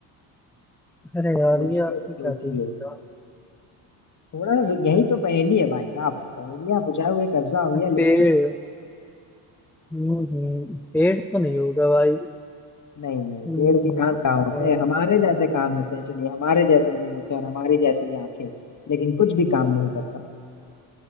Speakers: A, in the centre; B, on the left.
A: अरे यार
B: सोचिए
A: ये आपने
B: सोचिए
A: क्या पूछ दिया
B: थोड़ा सा यही तो पहेली है भाई साहब पहेलियां बुझाए हुए कब्जा हो गया
A: पेड़
B: लेकिन
A: हम्म, पेड़ तो नहीं होगा भाई
B: नहीं नहीं
A: हम्म,
B: पेड़ के कान कहाँ होते
A: हाँ,
B: हैं हमारे जैसे कान होते हैं चलिए हमारे जैसे मुंह होते हैं और हमारी जैसी ही आंखें लेकिन कुछ भी काम नहीं करता